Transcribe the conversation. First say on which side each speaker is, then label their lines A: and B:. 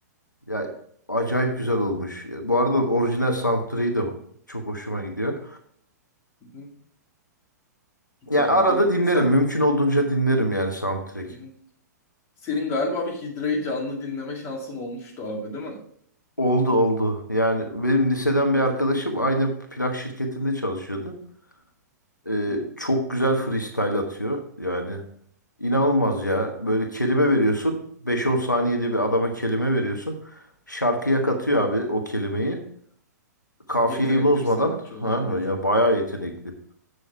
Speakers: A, on the left; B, on the left.
A: Ya acayip güzel olmuş. Bu arada orijinal soundtrack'i de çok hoşuma gidiyor.
B: Hı hı. Süper
A: Yani
B: abi.
A: arada dinlerim.
B: Sen,
A: Mümkün olduğunca dinlerim yani soundtrack.
B: Hı hı. senin galiba bir Hidra'yı canlı dinleme şansın olmuştu abi değil mi?
A: Oldu oldu. Yani benim liseden
B: Hı
A: bir arkadaşım
B: hı.
A: aynı plak şirketinde çalışıyordu. Ee,
B: Hı
A: çok güzel freestyle atıyor. Yani inanılmaz ya. Böyle kelime veriyorsun.
B: hı.
A: beş-on saniyede bir adama kelime veriyorsun. Şarkıya katıyor abi o kelimeyi. Kafiyeyi
B: Yetenekli
A: bozmadan.
B: bir sanatçı
A: Ha,
B: o zaman yetenekli
A: ya bayağı
B: bir
A: yetenekli.